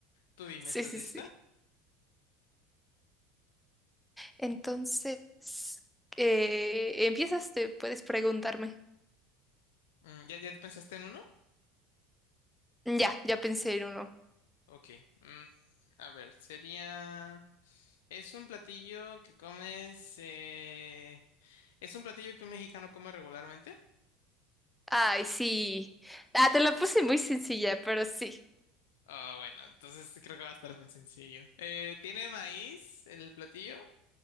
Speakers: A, on the left (about 85°); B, in the centre.
A: Tú dime,
B: Sí,
A: ¿estás
B: sí,
A: lista?
B: sí. Entonces, eh, empiezas, te puedes preguntarme.
A: Mm, ¿Ya, ya pensaste en uno?
B: Ya, ya pensé en uno.
A: Ok. mm, a ver, sería... Es un platillo que comes. eh, Es un platillo que un mexicano come regularmente.
B: Ay, sí. Ah, te la puse muy sencilla, pero sí.
A: Ah, bueno, entonces creo que va a estar bien sencillo. Eh, ¿tiene maíz el platillo?